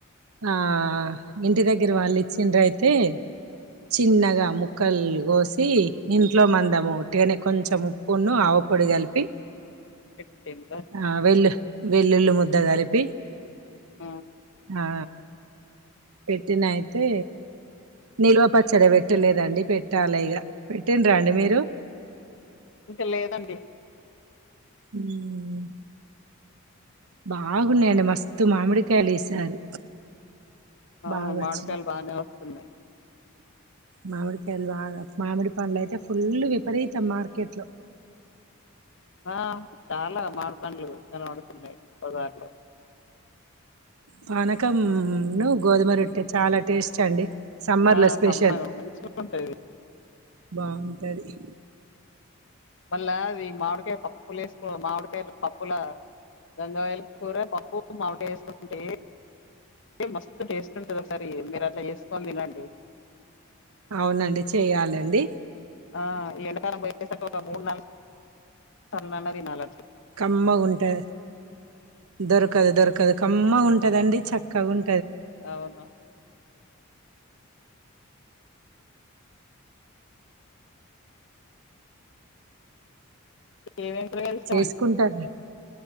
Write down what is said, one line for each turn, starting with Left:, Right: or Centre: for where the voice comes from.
Right: ఆ ఇంటి దగ్గర వాళ్ళు ఇచ్చిండ్ర అయితే చిన్నగా ముక్కలు కోసి ఇంట్లో మందము ఉట్టిగానే కొంచెం ఉప్పును అవ పొడి కలిపి
Left: పెట్టిండ్రా
Right: ఆ వెల్లు వెల్లుల్లి ముద్ద కలిపి
Left: ఆ
Right: ఆ పెట్టిన అయితే నిల్వ పచ్చడి పెట్టలేదండి పెట్టాలి ఇగ పెట్టిన్రా అండి మీరు
Left: ఇంక లేదండి
Right: ఉమ్ బాగున్నాయండి మస్తు మామిడికాయలు ఈసారి
Left: అవును
Right: బాగా
Left: మామిడికాయలు
Right: వచ్చినాయి
Left: బానే వస్తున్నాయి
Right: మామిడికాయలు బాగా మామిడి పండ్లు అయితే ఫుల్లు విపరీతం మార్కెట్ లో
Left: ఆ చాలా మాడి పండ్లు కనబడుతున్నాయి బజార్లో
Right: పానకం ఉన్ను గోధుమ రొట్టె చాలా టేస్ట్ అండి సమ్మర్
Left: ఆ
Right: లో స్పెషల్
Left: కమ్మగా మంచిగా ఉంటాది
Right: బాగుంటది
Left: మళ్ళా ఆది మామిడికాయ పప్పులేసుకో మామిడికాయ పప్పుల గంగావాయిలి కూర పప్పు మావిడికాయి ఎసుకుంటే మస్తు టేస్ట్ ఉంటుంది ఒసారి మీరు అట్లా చేసుకోని తినండి
Right: అవునండి చెయాలండి
Left: ఆ ఈ ఎండాకాలం పోయసర్కి ఒక మూడు నాలుగు పండ్లన్న తినాల
Right: కమ్మగా ఉంటది దొరకదు దొరకదు కమ్మగా ఉంటదండి చక్కగా ఉం
Left: అవును ఏమేం కూరగాయలు ఇష్టం
Right: చేసుకుంటార్
Left: అండి మీకు